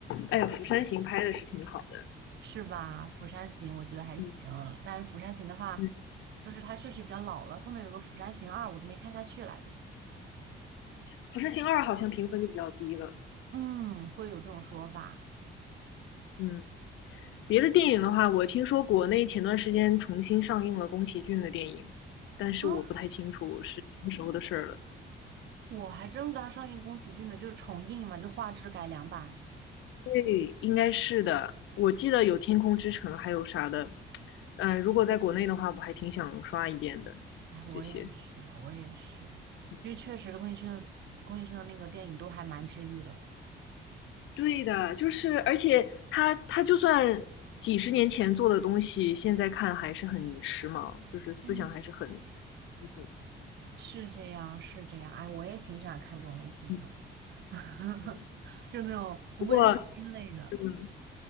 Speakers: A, on the left (about 75°); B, on the right (about 60°).
A: 哎呀，《釜山行》拍的是挺好的，
B: 是吧？《釜山行》我觉得还行，
A: 嗯
B: 但是《釜山行》的话，
A: 嗯，
B: 就是它确实比较老了。后面有个《釜山行二》，我都没看下去来着。
A: 《釜山行二》好像评分就比较低了，
B: 嗯，会有这种说法。
A: 嗯。别的电影的话，我听说国内前段时间重新上映了宫崎骏的电影，但是我不太清楚是什么时候的事儿了。
B: 啊，我还真不知道它上映宫崎骏的，就是重映嘛，就画质改良版。
A: 对，应该是的。我记得有《天空之城》，还有啥的。嗯、如果在国内的话，我还挺想刷一遍的。
B: 哎，我也是啊，
A: 这些，
B: 我也是，
A: 嗯
B: 因为确实宫崎骏的宫崎骏的那个电影都还蛮治愈的，
A: 对的，就是而且他他就算几十年前做的东西，现在看还是很时髦，就是思想还是很
B: 嗯，
A: 先进。
B: 是这样，是这样。哎，我也挺喜欢看这种类型的，
A: 嗯，
B: <laughs>
A: 嗯
B: 就那种温馨类的。
A: 不过嗯，